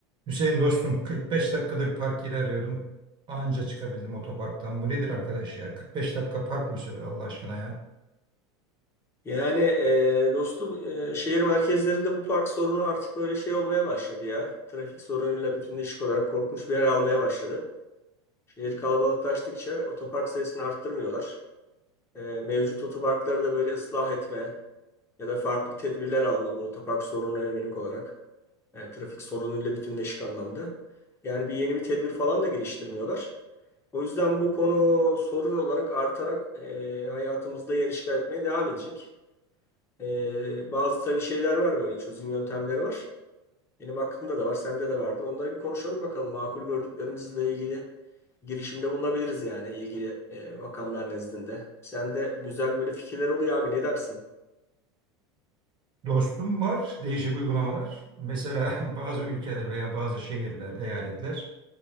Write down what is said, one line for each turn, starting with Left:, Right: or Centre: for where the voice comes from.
Right: Hüseyin dostum 45 dakikadır park yeri arıyordum. Anca çıkabildim otoparktan. Bu nedir arkadaş ya? 45 dakika park mı sürer Allah aşkına ya?
Left: Yani e, dostum e, şehir merkezlerinde bu park sorunu artık böyle şey olmaya başladı ya. Trafik sorunuyla bütünleşik olarak korkunç bir yer almaya başladı. Şehir kalabalıklaştıkça otopark sayısını arttırmıyorlar. E, mevcut otoparkları da böyle ıslah etme ya da farklı tedbirler alma bu otopark sorununa yönelik olarak. E, trafik sorunuyla bütünleşik anlamda. Yani bir yeni bir tedbir falan da geliştirmiyorlar. O yüzden bu konu sorun olarak artarak e, hayatımızda yer işgal etmeye devam edecek. Ee, bazı tabii şeyler var böyle çözüm yöntemleri var. Benim aklımda da var, sende de vardır. Onları bir konuşalım bakalım. Makul gördüklerimizle ilgili girişimde bulunabiliriz yani ilgili e, makamlar nezdinde. Sende güzel böyle fikirler oluyor abi ne dersin?
Right: Dostum var değişik uygulamalar. Mesela <laughs> bazı ülkeler veya bazı şehirler, eyaletler